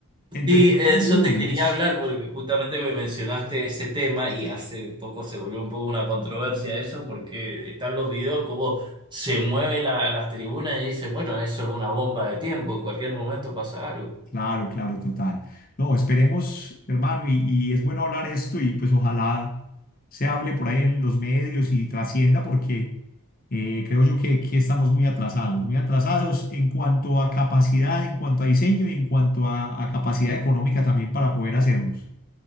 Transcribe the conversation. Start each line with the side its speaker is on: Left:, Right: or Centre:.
Left: entre
Right: Sí,
Left: tribuna
Right: eso
Left: y tribuna?
Right: te quería
Left: Es,
Right: hablar porque justamente me mencionaste ese tema y hace poco se volvió un poco una controversia eso porque están los videos como se mueve la, las tribunas y dicen, bueno, eso es una bomba de tiempo, en cualquier momento pasa algo.
Left: claro, claro, total. No, esperemos, hermano, y, y es bueno hablar esto y pues ojalá se hable por ahí en los medios y trascienda porque eh, creo yo que, que estamos muy atrasados, muy atrasados en cuanto a capacidad, en cuanto a diseño y en cuanto a, a capacidad económica también para poder hacerlos.